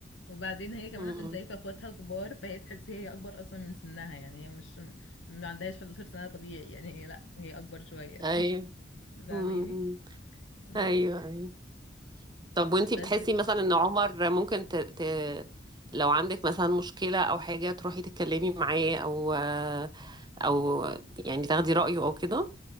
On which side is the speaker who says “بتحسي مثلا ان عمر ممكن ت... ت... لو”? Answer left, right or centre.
Right